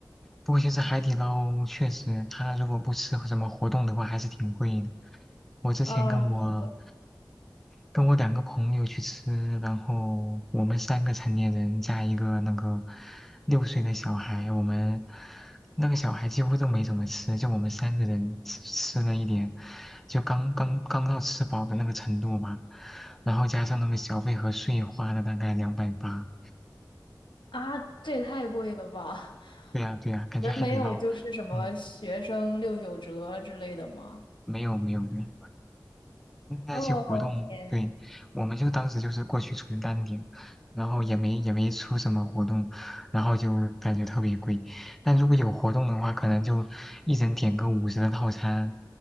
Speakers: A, in the centre; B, on the left.
A: 不过其实海底捞确实，它如果不吃什么活动的话，还是挺贵的。我之前跟我
B: 嗯，是的。
A: 跟我两个朋友去吃，然后我们三个成年人加一个那个六岁的小孩，我们那个小孩几乎都没怎么吃，就我们三个人吃吃了一点，就刚刚刚到吃饱的那个程度吧。然后加上那个小费和税，花了大概两百八。
B: 啊，这也太贵了吧！
A: 对呀，对呀，感觉海底捞，
B: 你们没有就是什么学生六九折之类的吗？
A: 嗯，没有没有没有。那些活动，
B: 哦，天。
A: 对，我们就当时就是过去充单点，然后也没也没出什么活动，然后就感觉特别贵。但如果有活动的话，可能就一人点个五十的套餐，